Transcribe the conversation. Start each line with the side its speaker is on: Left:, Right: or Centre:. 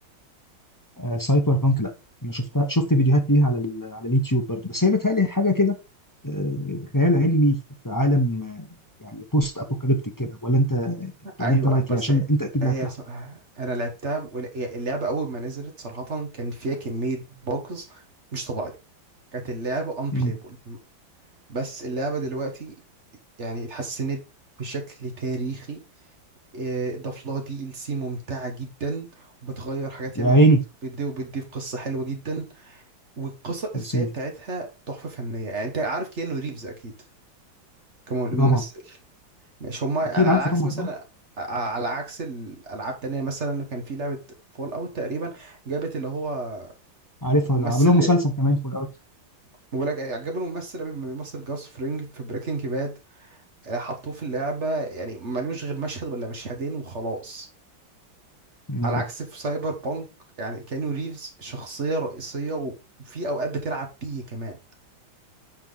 Left: آه سايبر بانك لا انا شفتها شفت فيديوهات ليها على ال- على اليوتيوب برضه بس هي بتهيألي حاجه كده آه، خيال علمي في عالم يعني بوست ابوكاليبتيك كده ولا انت ولا
Right: ايوه
Left: انت رايك
Right: بس
Left: ايه عشان انت اكيد
Right: هي
Left: لعبتها
Right: ص- انا لعبتها وال- هي اللعبه اول ما نزلت صراحه كان فيها كميه بوجز مش طبيعيه كانت اللعبة unplayable
Left: امم
Right: بس اللعبة دلوقتي يعني اتحسنت بشكل تاريخي إيه، اضاف لها دي ال سي ممتعة جدا وبتغير حاجات
Left: يا
Right: ياما
Left: عيني
Right: بتضيف بتضيف قصة حلوة جدا والقصة الأساسية
Left: يا سيدي
Right: بتاعتها تحفة فنية يعني أنت عارف كيانو ريفز أكيد كممثل
Left: طبعا
Right: مش هما
Left: اكيد
Right: يعني على
Left: عارفه
Right: عكس
Left: طبعا
Right: مثلا
Left: اه
Right: ع- على عكس الألعاب تانية مثلا كان في لعبة فول أوت تقريبا جابت اللي هو
Left: عارفها
Right: الممثل
Left: لا، عملوها مسلسل كمان في الاول
Right: ولا عجبني الممثل قوي بيمثل جاس فرينج في بريكنج باد حطوه في اللعبة يعني ملوش غير مشهد ولا مشهدين وخلاص
Left: مم.
Right: على عكس في سايبر بانك يعني كانيو ريفز شخصية رئيسية وفي أوقات بتلعب بيه كمان